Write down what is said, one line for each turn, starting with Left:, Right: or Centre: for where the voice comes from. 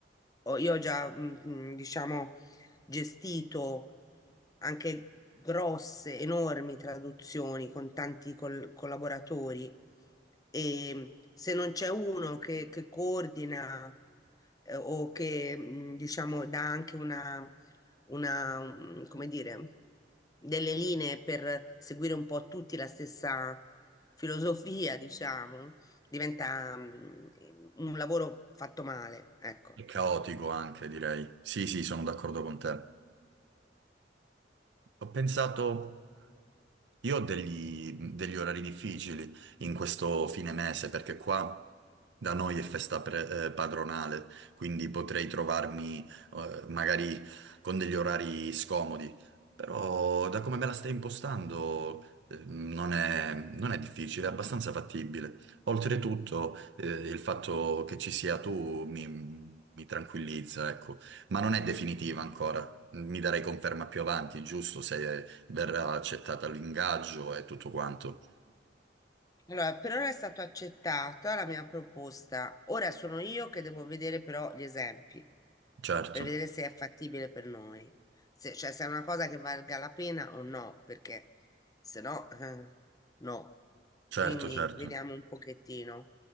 Left: ho- io ho già, mm, mm, diciamo, gestito anche grosse, enormi traduzioni con tanti col- collaboratori e mm, se non c'è uno che, che coordina eh, o che, mm, diciamo, dà anche una, una, mm, come dire, delle linee per seguire un po' tutti la stessa filosofia, diciamo, diventa mm, un lavoro fatto male, ecco.
Right: e caotico anche, direi. Sì, sì, sono d'accordo con te. Ho pensato, io ho degli, degli orari difficili in questo fine mese perché qua da noi è festa pre- eh, padronale, quindi potrei trovarmi eh, magari con degli orari scomodi, però da come me la stai impostando eh, non è, non è difficile, è abbastanza fattibile. Oltretutto eh, il fatto che ci sia tu mi mi tranquillizza, ecco, ma non è definitiva ancora. Mi darai conferma più avanti, giusto? Se verrà accettata l'ingaggio e tutto quanto.
Left: Allora, per ora è stata accettata la mia proposta. Ora sono io che devo vedere però gli esempi
Right: Certo,
Left: per vedere se è fattibile per noi, se, cioè se è una cosa che valga la pena o no, perché se no, eh, no.
Right: certo,
Left: Quindi
Right: certo.
Left: vediamo un pochettino.